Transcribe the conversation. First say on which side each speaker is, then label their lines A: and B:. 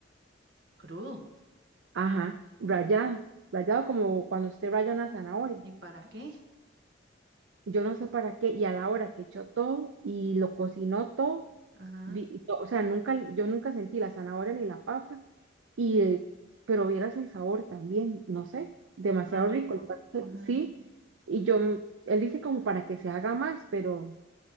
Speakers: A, on the right; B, on the right.
A: crudo.
B: Ajá, rallado, rallado como cuando usted raya una zanahoria.
A: ¿Y para qué?
B: Yo no sé para qué, y a la hora que echó todo y lo cocinó todo,
A: Ajá,
B: vi- no, o sea, nunca, yo nunca sentí la zanahoria ni la papa, y, eh, pero vieras el sabor también, no sé, demasiado
A: más rico.
B: rico el pastel,
A: Ajá,
B: sí, y yo, él dice como para que se haga más, pero